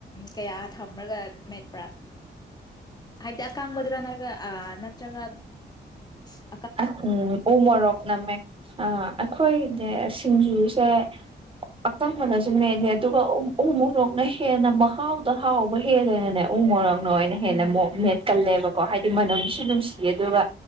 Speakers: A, on the left; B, on the right.
A: ꯀꯌꯥ ꯊꯝꯔꯒ ꯃꯦꯠꯄ꯭ꯔꯥ ꯍꯥꯏꯕꯗꯤ ꯑꯀꯥꯡꯕꯗꯨꯔꯥ ꯅꯠꯇꯔꯒ ꯅꯠꯇ꯭ꯔꯒ ꯑ
B: ꯑ ꯎꯝ ꯎꯨ ꯃꯔꯣꯛꯅ ꯃꯦꯠ ꯑ ꯑꯩꯈꯣꯏꯅꯦ ꯁꯤꯡꯖꯨꯁꯦ ꯑꯀꯪꯕꯅꯁꯨ ꯃꯦꯠꯂꯦ ꯑꯗꯨꯒ ꯎ ꯃꯣꯔꯣꯛꯅ ꯍꯦꯟꯅ ꯃꯍꯥꯎꯗ ꯍꯥꯎꯕ ꯍꯦꯜꯂꯦꯅꯅꯦ ꯎ ꯃꯣꯔꯣꯛ ꯅꯣꯏꯅ ꯍꯦꯟꯅ
A: ꯎꯝ
B: ꯑꯃꯨꯛ ꯃꯦꯠ ꯀꯜꯂꯦꯕ ꯑꯣ ꯍꯥꯏꯗꯤ ꯃꯅꯨꯡꯅꯝꯁꯨ ꯅꯨꯡꯁꯤꯌꯦ ꯑꯗꯨꯒ